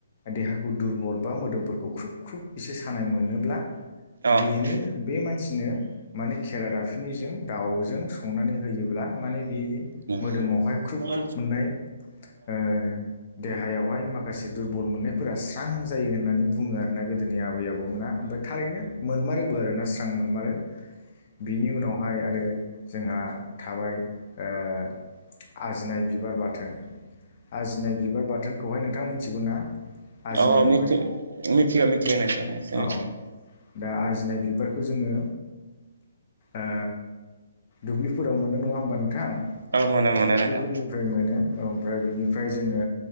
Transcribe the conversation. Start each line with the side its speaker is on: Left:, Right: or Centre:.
Left: देहाखौ दुरबल बा मोदोमफोरखौ ख्रुब ख्रुब एसे सानाय मोनोब्ला।
Right: अ
Left: बेनो बे मानसि सिनो माने खेरा दाफनिजों दाउजों संनानै होयोब्ला माने बे
Right: अ
Left: मोदोमावहाय ख्रुब
Right: अ
Left: ख्रुब
Right: अ
Left: मोननाय ओ देहायाव हाय माखासे दुरबल मोननायफोरा स्रां जायो होननानै बुङो आरोना गोदोनि आबै आबौ मोना ओमफ्राय थारैनो मोनमारोबो आरोना स्रां मोनमारो बिनि उनावहाय आरो जोंहा थाबाय ओ आजिनाय बिबार बाथोन। आजिनाय बिबार बाथोनखौहाय नोंथाङा मिथिगौ ना? आजिनायखौहाय
Right: अ मिथि-मिथिया मिथिया नोंथां मिथिया
Left: औ दा आजिनाय बिबारखौ जोङो ओ दुब्लिफोराव मोनो नङा होमबा नोंथां,?
Right: औ मोनो मोनो
Left: दुब्लिफोरनिफ्राय
Right: नोंथां
Left: मोनो। ओमफ्राय बिनिफ्राय जोङो